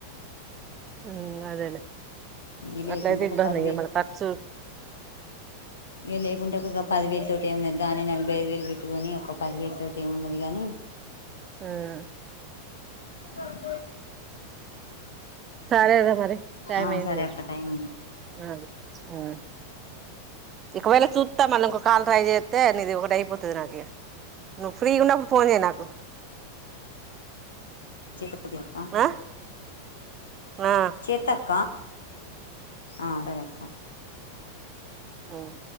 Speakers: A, on the right (about 30°); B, on the left (about 70°).
A: ఉమ్ అదేలే
B: ఇది లేకుంటే
A: అట్లయితే
B: ఒక
A: ఇబ్బంది
B: పదివేలు
A: ఇగ మళ్ళ ఖర్చు
B: ఇగా లే కుంటే ఒక పది వేలు తోటి ఏ ఉన్నది దాన్ని నలభై ఐదు వేలు పెట్టీకోని ఒక పదివేలు తోటి ఏమి ఉన్నది కాని
A: ఉమ్,
B: కద
A: సరే రా మరి టైమ్
B: ఆ
A: అయింది
B: సరే
A: కదా
B: అక్క టైం
A: ఆ ఆ ఒకవేళ చుత్తా మళ్ళ ఇంకో కాలు ట్రై చేస్తే నీది ఒకటి అయిపోతుంది నాది నువ్వు ఫ్రీ ఉన్నప్పుడు ఫోన్ చేయ్ నాకు
B: <unintelligible> అక్క
A: ఆ ఆ
B: చేత్తా అక్క ఆ సరే అక్క
A: ఉమ్